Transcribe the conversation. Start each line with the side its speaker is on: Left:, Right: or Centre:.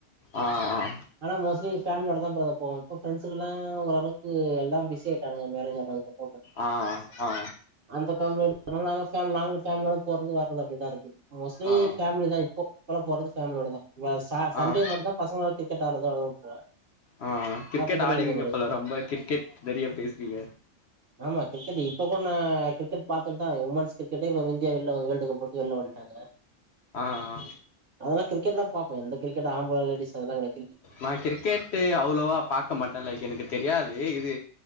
Left: ஆ அ
Right: ஆனா மோஸ்லி ஃபேமிலியோட தா பிரதர் போவ இப்ப ஃப்ரண்ட்ஸு எல்லாம் ஓரளவுக்கு எல்லாம் பிஸி ஆயிட்டாங்க மேரேஜ் ஆனதுக்கு அப்
Left: ஆ ஆ
Right: அந்த ஃபேமிலி யோட நாங்கள ஃபேமிலோ போறது வருது அப்படிதா இருக்கு மோஸ்ட்லி
Left: ஆ
Right: பேமிலி தா இப்போ போறது ஃபேமிலியோட தா சண்டே
Left: ஆ ஆ
Right: மட்டும் தா பசங்கலோட கிரிக்கெட் ஆடுறது அத விட்ருவே
Left: ஆ கிரிக்கெட்
Right: மத்தபடி
Left: ஆடிவீங்கப்போல
Right: எது கெடையாது
Left: ரொம்ப கிரிக்கெட் நிறைய பேசுறீங்க
Right: ஆமா கிரிக்கெட இப்ப கூட நா கிரிக்கட் பாத்தட்டுதா உமன்ஸ் கிரிக்கெட்ட இந்தியா வெளிலந்து வேர்ல்டு கப் விட்டு வெளிய வந்துட்டாங்கா
Left: ஆ அ
Right: அதெல்லா கிரிக்கெட்லா பாப்பபே எந்த கிரிக்கட் ஆம்பள லேடீஸ் அது எல்லா கிடையாது
Left: நா கிரிக்கெட் அவ்வளவா பாக்க மாட்டே லைக் எனக்கு தெரியாது இது